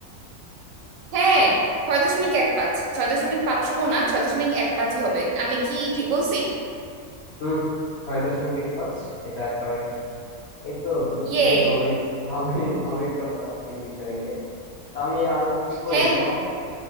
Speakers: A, on the right (about 75°); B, on the left (about 60°).
A: হ্যাঁ ছয় দশমিক এক পাঁচ ছয় দশমিক পাঁচ শূন্য না ছয় দশমিক এক পাঁচই হবে আমি কি ঠিক বলছি
B: হুম ছয় দশমিক এক পাঁচ এটা কারেক্ট এই তো তোর তো
A: ইয়ে
B: দেখি ভালোই ভালোই ভালোই চর্চা আছে এই বিষয় নিয়ে তো আমি আরো কিছু করি
A: হ্যাঁ
B: কেমন